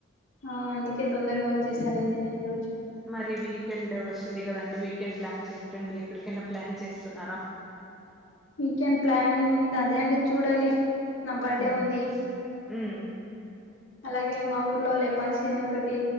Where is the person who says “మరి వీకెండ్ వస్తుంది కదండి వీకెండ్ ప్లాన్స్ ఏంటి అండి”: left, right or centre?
Centre